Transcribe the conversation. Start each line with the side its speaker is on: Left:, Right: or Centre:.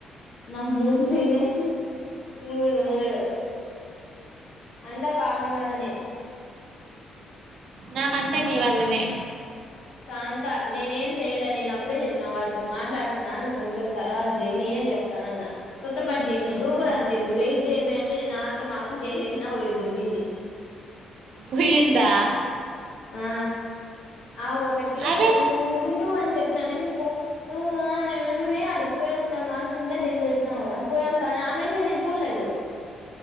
Left: నాకు మూడు పోయినయ్ మూడు మూడు అంత పావని వలనే
Right: నాకంత నీ వాళ్లనే
Left: తంత నేనేం చెయలే నేను అప్పుడే చెప్పిన వాడితో మాట్లాడుతున్నా నువ్వు కొంచెం తర్వాత చెయయి నేనే చెప్తాను అన్న తురపడి చేసినా నువ్వు
Right: హ్మ్.
Left: కూడా అంది ఇప్పుడు వెయిట్ చెయ్యమే అంటే నేను ఆత్రం ఆక చేసేసిన వెయిట్ దోబ్బింది
Right: వీన్ద్య
Left: ఆ అ ఒకటి
Right: అదే.
Left: నువ్వు ఉండు అన్ చెప్పిన నేను పో నువ్వా నేను ఉన్నుమే అడికి పోయోస్తా వాష్ రూమ్ కో దేనికో చెప్పినవు కదా. పోయోస్తా నేన్ ఆ మెస్సేజ్ నేన్ చూలేదు